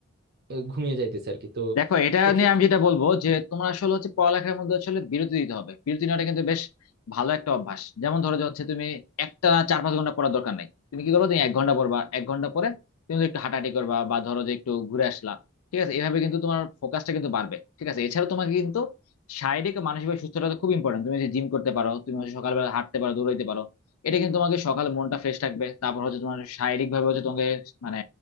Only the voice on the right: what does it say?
আহ, ঘুমিয়ে যাইতেছে আর কি তো
এক্ষেত্রে